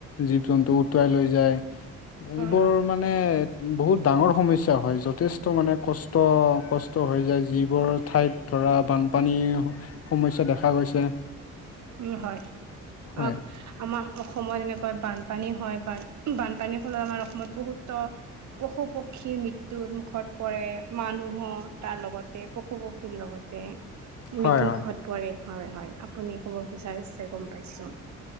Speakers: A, on the left; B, on the right.
A: জীৱ জন্তু উটুৱাই লৈ যায়,
B: হয়,
A: এইবোৰ
B: হয়,
A: মানে মানে বহুত ডাঙৰ সমস্যা হয় যথেষ্ট মানে কষ্ট কষ্ট হৈ যায়, যিবোৰ ঠাইত ধৰা বানপানীৰ সমস্যা দেখা গৈছে।
B: উম হয়,
A: হয়
B: অ আমাৰ অসমত এনেকৈ বানপানী হয়, বানপানীৰ ফলত আমাৰ অসমত বহুতো পশু পক্ষীৰ মৃত্যুৰ মুখত পৰে। মানুহৰ তাৰ লগতে পশু পক্ষীৰ লগতে মৃত্যু
A: হয় হয়
B: মুখত হয় হয়, আপুনি ক'ব বিচাৰিছে গম পাইছো